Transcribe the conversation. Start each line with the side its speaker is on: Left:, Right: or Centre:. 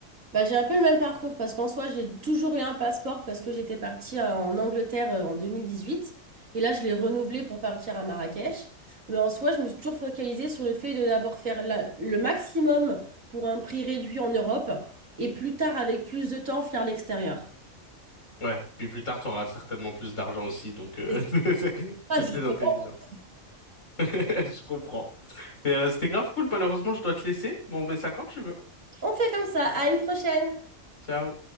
Right: Bah, j'ai un peu le même parcours parce qu'en soi, j'ai toujours eu un passeport parce que j'étais partie en Angleterre euh, en 2018 et là, je l'ai renouvelé pour partir à Marrakech. Mais en soi, je me suis toujours focalisée sur le fait de d'abord faire la- le maximum pour un prix réduit en Europe et plus tard, avec plus de temps, faire l'extérieur.
Left: Ouais, puis plus tard, tu auras certainement plus d'argent aussi, donc euh,
Right: Et C'est ça.
Left: <laughs> c'est
Right: Ah,
Left: c'est
Right: justement,
Left: plus intelligent. <laughs> Je comprends. Mais euh, c'était grave cool, malheureusement, je dois te laisser, mais on remet ça quand tu veux.
Right: on fait comme ça. À une prochaine!
Left: Ciao.